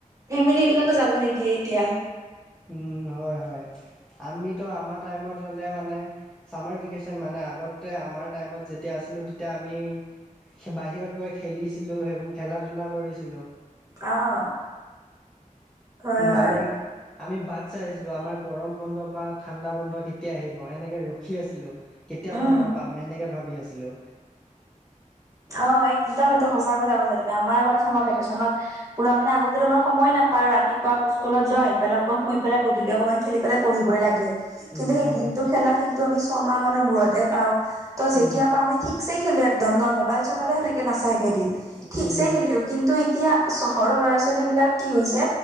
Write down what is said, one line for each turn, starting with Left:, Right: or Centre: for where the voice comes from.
Right: ফেমিলিবিলাকো যাব নিদিয়ে এতিয়া।
Centre: উম, হয় হয়। আমিতো আমাৰ টাইমত হ'লে মানে চামাৰ ভেকেচন মানে আগতে আমাৰ টাইমত যেতিয়া আছিলোঁ তেতিয়া আমি বাহিৰত গৈ খেলিছিলোঁ, সেইবোৰ খেলা ধূলা কৰিছিলোঁ।
Right: অ'। হয় হয়
Centre: মানে আমি বাট চাই আছিলোঁ, আমাৰ গৰম বন্ধ বা ঠাণ্ডা বন্ধ কেতিয়া আহিব সেনেকৈ ৰখি আছিলোঁ। কেতিয়া
Right: উম
Centre: বন্ধ পাম সেনেকে ভাবি আছিলো।
Right: অঁ', -একদম এইটো সঁচা কথা কৈছা তুমি আমাৰ আগত আমাৰ ভেকেশচনত - পুৰা মানে আগতে আমাৰ সময় নাপাওঁ ৰাতিপুৱা স্কুলত যোৱা আহি পেলাইক বা শুই পেলাই গধূলি অকণমান - খেলি পেলাই পঢ়িবই লাগে। কিন্তু
Centre: উম
Right: সেই
Centre: হয়
Right: দিনটো খেলা ফিলটো আমি ছমাহ মানৰ মূৰততে'হে পাওঁ। ত' যেতিয়া
Centre: উম
Right: পাওঁ আমি ঠিক - ঠিকচে খেলো একদম ন' মবাইল-চবাইলো সেনেকে নাচায় একেদিন
Centre: উম
Right: ঠিকছে খেলো। কিন্তু এতিয়া চহৰৰ ল'ৰা-ছোৱালী বিলাক কি হৈছে